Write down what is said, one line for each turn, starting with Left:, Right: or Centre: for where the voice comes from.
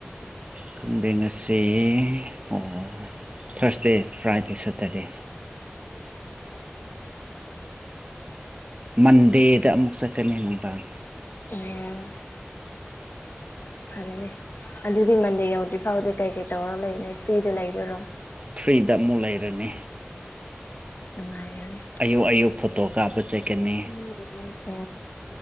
Right: ꯈꯪꯗꯦꯡꯉꯁ ꯑꯣ ꯊꯥꯔꯁꯗꯦ ꯐ꯭ꯔꯥꯏꯗꯦ ꯁꯦꯇꯔꯗꯦ ꯃꯟꯗꯦꯗ ꯑꯃꯨꯛ ꯆꯠꯀꯅꯤ ꯅꯨꯡꯗꯥꯡ
Left: ꯎꯝ ꯐꯔꯦꯅꯦ ꯑꯗꯨꯗꯤ ꯃꯟꯗꯦ ꯌꯥꯎꯗ꯭ꯔꯤ ꯐꯥꯎꯗꯦ ꯀꯩ ꯀꯩ ꯇꯧꯔꯒ ꯂꯩꯅꯤ ꯐ꯭ꯔꯤꯗ ꯂꯩꯈꯔꯣ
Right: ꯐ꯭ꯔꯤꯗ ꯑꯃꯨꯛ ꯂꯩꯔꯅꯤ
Left: ꯅꯨꯡꯉꯥꯏꯒꯅꯤ
Right: ꯑꯌꯨꯛ ꯑꯌꯨꯛ ꯐꯣꯇꯣ ꯀꯥꯞꯄ ꯆꯠꯀꯅꯤ
Left: ꯁꯦ